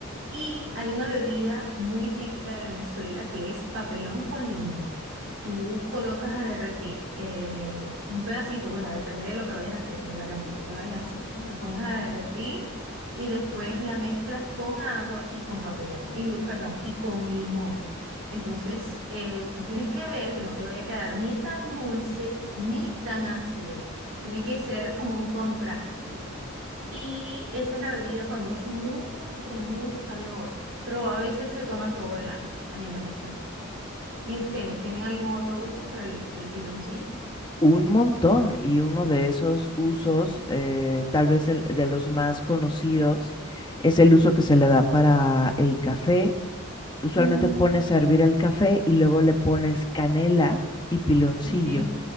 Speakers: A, on the right; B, on the left.
A: Y hay una bebida muy típica de Venezuela que es papelón con limón. Tú colocas a derretir eh, un pedacito, bueno, depende de lo que vayas a hacer, de la cantidad que vayas a hacer. La pones a derretir y después la mezclas con agua y con papelón, y, perdón, y con limón. Entonces, eh, tú tienes que ver que no te vaya a quedar ni tan dulce ni tan ácido. Tiene que ser como un contraste. Y esa es la bebida cuando hace mucho, pero mucho calor. Pero a veces se toman todo el año allá en Venezuela. ¿Y ustedes tienen algún otro uso para el, el piloncillo?
B: Un montón, y uno de esos usos, eh, tal vez el- de los más conocidos, es el uso que se le da para el café. Usualmente
A: Ujú,
B: pones a hervir el café y luego le pones canela y piloncillo
A: Ok,